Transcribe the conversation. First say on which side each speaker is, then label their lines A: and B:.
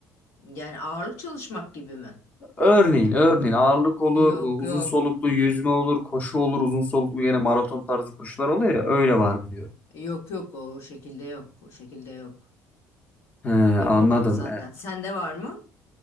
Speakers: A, on the left; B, on the left.
A: Yani ağırlık çalışmak gibi mi?
B: Örneğin, örneğin ağırlık olur,
A: Yok
B: e, uzun
A: yok.
B: soluklu yüzme olur, koşu olur, uzun soluklu yine maraton tarzı koşular oluyor ya öyle var mı diyorum.
A: Yok yok o, o şekilde yok. O şekilde yok.
B: He,
A: Yapamam
B: anladım.
A: zaten. Sende var mı?